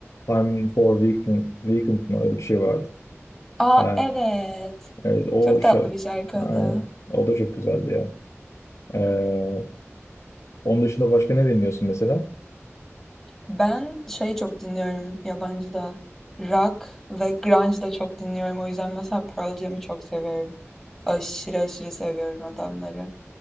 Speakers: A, on the left; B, in the centre.
A: Time for Weekend, Weekend mı öyle bir şey vardı.
B: Aa
A: Ee,
B: evet.
A: evet o
B: Çok
A: şarkı.
B: tatlı bir şarkı
A: Aynen.
B: o da.
A: O da çok güzeldi ya. Ee, onun dışında başka ne dinliyorsun mesela?
B: Ben şey çok dinliyorum yabancı da. Rock ve grunge da çok dinliyorum. O yüzden mesela Pearl Jam'i çok severim. Aşırı aşırı seviyorum adamları.